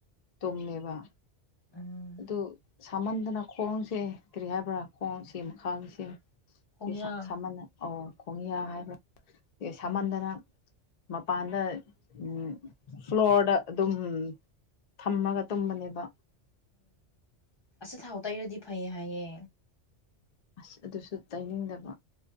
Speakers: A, on the left (about 50°); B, on the left (about 25°).
A: ꯇꯨꯝꯃꯦꯕ
B: ꯎꯝ
A: ꯑꯗꯨ ꯁꯥꯃꯟꯗꯅ ꯈꯣꯡꯁꯦ ꯀꯔꯤ ꯍꯥꯏꯕ꯭ꯔꯥ ꯈꯣꯡꯁꯤ ꯃꯈꯥꯒꯤꯁꯦ
B: ꯈꯣꯡꯌꯥ
A: ꯏꯁꯥ ꯁꯥꯃꯟꯅ ꯑꯣ ꯈꯣꯡꯌꯥ ꯍꯥꯏꯕ꯭ꯔꯥ ꯑꯦ ꯁꯥꯃꯟꯗꯅ
B: ꯎꯝ
A: ꯃꯄꯥꯟꯗ ꯎꯝ ꯐ꯭ꯂꯣꯔꯗ ꯗꯨꯝ ꯊꯝꯃꯒ ꯇꯨꯝꯕꯅꯦꯕ
B: ꯆꯊꯥꯎ ꯇꯩꯔꯗꯤ ꯐꯩ ꯍꯥꯏꯌꯦ
A: ꯑꯁ ꯑꯗꯨꯁꯨ ꯇꯩꯅꯤꯡꯗꯕ